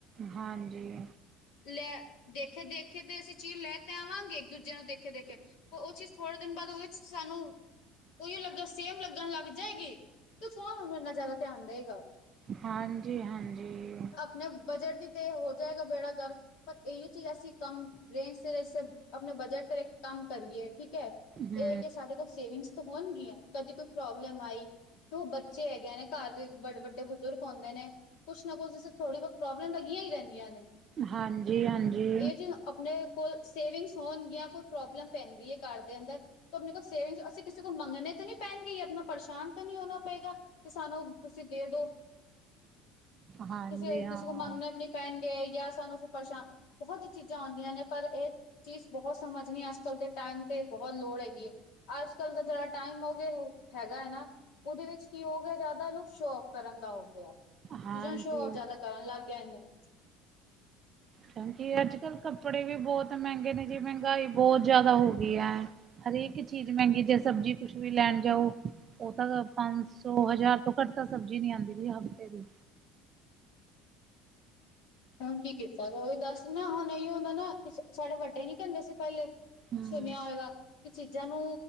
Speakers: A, on the right; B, on the left.
A: ਹਾਂਜੀ।
B: ਲੈ ਦੇਖੇ-ਦੇਖੇ ਤੇ ਅਸੀਂ ਚੀਜ਼ ਲੈ ਤੇ ਆਵਾਂਗੇ ਇੱਕ-ਦੂਜੇ ਨੂੰ ਦੇਖੇ-ਦੇਖੇ ਉਹ ਚੀਜ਼ ਥੋੜੇ ਦਿਨ ਬਾਅਦ, ਉਹਦੇ ਵਿੱਚ ਸਾਨੂੰ ਉਹੀ ਲੱਗਣ ਸੇਮ ਲੱਗਣ ਲੱਗ ਜਾਏਗੀ। ਤੇ ਕੌਣ ਓਨੂੰ ਇੰਨਾ ਜ਼ਿਆਦਾ ਧਿਆਨ ਦੇਏਗਾ?
A: ਹਾਂਜੀ-ਹਾਂਜੀ।
B: <unintelligible> ਬਜਟ ਦੀ ਤੇ ਹੋ ਜਾਏਗਾ ਬੇੜਾ ਗ਼ਰਕ। ਪਰ ਇੋਹੈ ਚੀਜ਼ ਅਸੀਂ ਕੰਮ ਰੇਂਜ ਵਿਚ ਤੇ ਆਪਣੇ ਬਜਟ ਤੇ ਰਹਿ ਕੇ ਕੰਮ ਕਰੀਏ ਠੀਕ ਐ
A: ਹਮ
B: ਏ ਜੇ ਸਾਡੇ ਕੋਲ ਸੇਵਿੰਗਸ ਤਾਂ ਹੋਣਗੀਆਂ ਕਦੇ ਕੋਈ ਪ੍ਰੋਬਲਮ ਆਈ ਦੋ ਬੱਚੇ ਹੈਗੇ ਨੇ ਘਰ ਦੇ ਬ ਵੱਡੇ ਬਜ਼ੁਰਗ ਹੁੰਦੇ ਨੇ ਕੁਛ ਨਾ ਕੁਛ ਇਸੇ ਥੋੜੀ ਬੋਤ ਪ੍ਰੋਬਲਮ ਲੱਗੀਆਂ ਈ ਰੈਂਦੀਆਂ ਨੇ।
A: ਹਾਂਜੀ ਹਾਂਜੀ
B: ਏ ਜੀ ਅਪਨੇ ਕੋਲ ਸੇਵਿੰਗਸ ਹੋਣ ਗਈਆਂ ਕੋਈ ਪ੍ਰੋਬਲਮ ਪੈਂਦੀ ਐ ਘਰ ਦੇ ਅੰਦਰ ਤਾਂ ਅਪਨੇ ਕੋਲ ਸੇਵਿੰਗ ਅਸੀਂ ਕਿਸੇ ਕੋ ਮੰਗਣੇ ਤਾਂ ਨੀ ਪੈਣਗੇ ਅਪਨਾ ਪਰੇਸ਼ਾਨ ਤਾਂ ਨਈ ਹੋਨਾ ਪਏਗਾ ਤੇ ਸਾਨੂੰ ਤੁਸੀਂ ਦੇ ਦੋ ਕਿਸੇ,
A: ਹਾਂਜੀ ਹਾਂ
B: ਕਿਸੇ ਕੋ ਮੰਗਣਾ ਨਈ ਪੈਨ ਗਏ ਯਾਂ ਸਾਨੂੰ ਫਿਰ ਪਰੇਸ਼ਾਨ, ਬੋਹਤ ਚੀਜ਼ਾਂ ਆਉਂਦੀਆਂ ਨੇ ਪਰ ਏ ਚੀਜ਼, ਬੋਹਤ ਸਮਝ ਨਈ ਆ ਕਲ ਤੇ ਟੈਮ ਤੇ ਬੋਹਤ ਲੋੜ ਹੈਗੀ ਏ, ਆੱਜ-ਕੱਲ ਦਾ ਜੇੜਾ ਟਾਈਮ ਹੋ ਗਿਆ ਓ ਹੈਗਾ ਐ ਨਾ ਓਦੇ ਵਿੱਚ ਕੀ ਹੋ ਗਿਆ ਜੈਦਾ ਲੋਕ ਸ਼ੋ ਓਫ ਕਰਨ ਦਾ ਹੋ ਗਿਆ।
A: ਹਾਂਜੀ
B: ਚੀਜ਼ਾਂ ਸ਼ੋਅ ਆਫ ਜੈਦਾ ਕਰਨ ਲੱਗ ਜਾਂਦੇ ਨੇ।
A: ਕਿਉਂਕਿ ਆੱਜ-ਕੱਲ ਕੱਪੜੇ ਵੀ ਬੋਤ ਮ੍ਹੈਂਗੇ ਨੇ ਜੀ ਮ੍ਹੈਂਗਾਈ ਬੋਤ ਜੈਦਾ ਹੋ ਗਈ ਐ। ਹਰੇਕ ਚੀਜ਼ ਮੈਂਗੀ ਯਾ ਸਬਜ਼ੀ ਕੁਛ ਵੀ ਲੈਣ ਜਾਓ। ਓ ਤਾਂ ਪੰਨ ਸੌ ਹਜ਼ਾਰ ਤੋਂ ਘੱਟ ਤਾਂ ਸਬਜ਼ੀ ਨੀ ਆਂਦੀ ਸੀ ਹਫ਼ਤੇ ਦੀ।
B: ਹੁਣ ਕੀ ਕੀਤਾ ਤੂੰ ਦੱਸ ਨਾ ਹੁਣ ਅਈਓ ਹੁੰਦਾ ਨਾ ਸਾਡੇ ਵੱਡੇ ਨੀ ਕੈਂਦੇ ਸੀ ਪੈਲੇ
A: ਹੂੰ,
B: ਸੁਣਿਆ ਹੋਏਗਾ ਕਿ ਚੀਜ਼ਾਂ ਨੂੰ